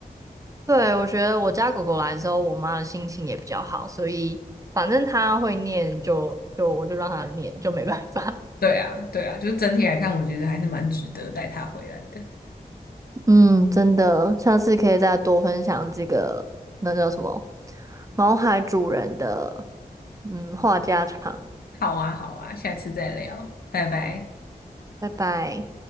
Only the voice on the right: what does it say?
对，我觉得我家狗狗来之后，我妈的心情也比较好，所以反正它会念就就我就让它念，就没办法。
<laughs> 嗯，真的，下次可以再多分享这个，那叫什么，毛孩主人的，嗯，话家常，
拜拜。